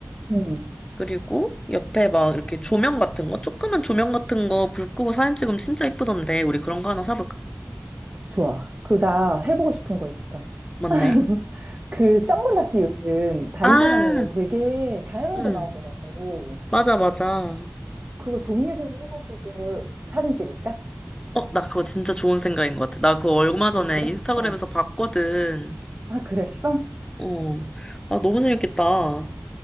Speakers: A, on the right (about 40°); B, on the left (about 15°).
A: 응,
B: 그리고 옆에 막 이렇게 조명 같은 거, 조그만 조명 같은 거 불 끄고 사진 찍으면 진짜 예쁘던데. 우리 그런 거 하나 사볼까?
A: 좋아. 그리고 나 해보고 싶은 거 있어.
B: 뭔데?
A: <laughs> 그 선글라스 요즘 다이소
B: 아,
A: 가면은 되게 다양하게
B: 음,
A: 나오더라고.
B: 맞아, 맞아.
A: 그거 종류별로 해가지고 사진 찍을까?
B: 어, 나 그거 진짜 좋은 생각인 것 같아. 나 그거 얼마 전에
A: 아, 그래?
B: 인스타그램에서
A: 어.
B: 봤거든.
A: 아, 그랬어?
B: 어. 아, 너무 재밌겠다.